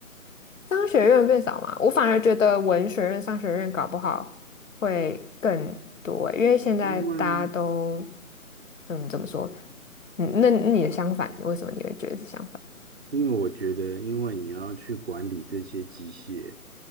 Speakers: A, on the left; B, on the right.
A: 商学院变少嘛，我反而觉得文学院、商学院搞不好会更多欸因为现在大家都，
B: 因为
A: 嗯，怎么说？嗯，那那你的相反，为什么你会觉得是相反？
B: 因为我觉得，因为你要去管理这些机械，